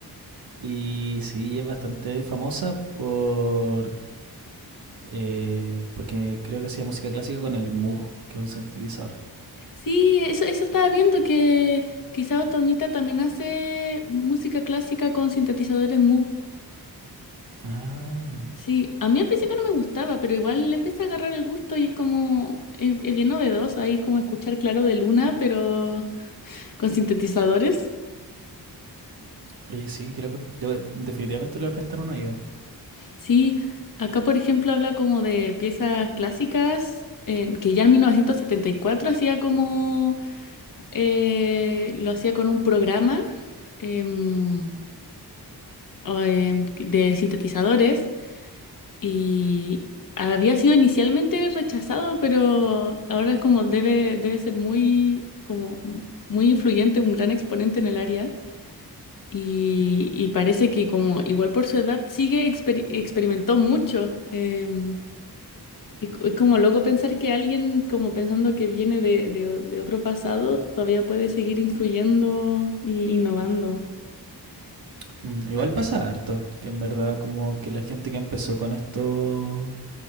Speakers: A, on the right (about 65°); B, on the left (about 55°).
A: Y sí, y es bastante famosa por eh, porque creo que hacía música clásica con el Moog, que es un sintetizador.
B: Sí, eso, eso estaba viendo que quizá Otomita también hace música clásica con sintetizadores Moog.
A: Ah,
B: Sí, a mí al principio no me gustaba, pero igual le empecé a agarrar el gusto y es como, es, es bien novedoso ahí como escuchar Claro de Luna, pero con sintetizadores.
A: oye, sí, qué loco. Le voy- definitivamente le voy a prestar un oído.
B: Sí, acá por ejemplo habla como de piezas clásicas, eh, que ya en 1974 hacía como eh, lo hacía con un programa em, o, em, de sintetizadores y había sido inicialmente rechazado, pero ahora es como debe, debe ser muy, como muy influyente, un gran exponente en el área. Y, y parece que como igual por su edad sigue exper- experimentó mucho. em, y co- es como loco pensar que alguien como pensando que viene de, de o- de otro pasado todavía puede seguir influyendo e innovando.
A: Mm, igual pasa harto, que en verdad como que la gente que empezó con estos